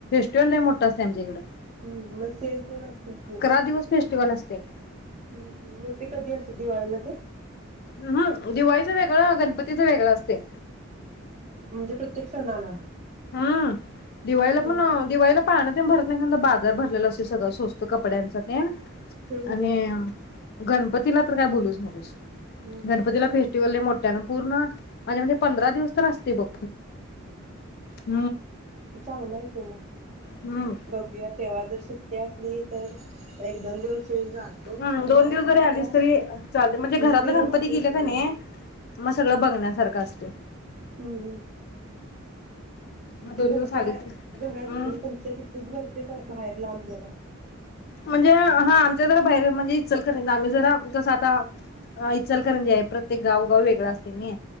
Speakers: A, on the left; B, on the right.
A: त्यो लय मोठ असतंय आमच्याइकडं.
B: हम्म सेल तेन असतील की.
A: दिवस फेस्टिवल असते.
B: ह ह म ते कधी असत्यात दिवाळी मध्ये.
A: हम दिवाळीच वेगळ, गणपतीच वेगळ असते.
B: म्हणजे प्रत्येक सणाला
A: हम्म दिवाळीला
B: हा
A: पण
B: हा
A: दिवाळीला पाळण ते भरत नाही. म्हणल बाजार भरलेला असत सगळं स्वस्त कपड्यांच ते
B: हम्म
A: आणि
B: हम्म
A: गणपतीला तर काय बोलूच नकोस.
B: हम्म हम्म
A: गणपतीला फेस्टिवल लय मो त्यान पूर्ण माझ्या मते पंधरा दिवस तर असते बघ <inaudible>
B: चांगल हाय की म
A: हम्म
B: बघूया तेव्हा जर सुट्या असली तर एक दोन दिवस येऊन जातो
A: हूं
B: मग
A: दोन दिवस
B: आता
A: जरी आलीस तरी चालल म्हणजे घरातलं
B: फिरून
A: गणपती
B: होतेच
A: गेल
B: ब
A: का
B: थोडं
A: नाही मग सगळं बघणार सारखा असतय
B: हूं हूं
A: मग दोन
B: ते तुमच्या
A: दिवस आलीस
B: घरात
A: हम्म
B: म्हणजे तुमच्या तिथच भरते का बाहेर लांब जरा
A: म्हणजे हा आमच्याकड बाहेर म्हणजे इचल करंज आम्ही जरा जसं आता इचलकरंजी आहे प्रत्येक गावगाव वेगळा असतय नी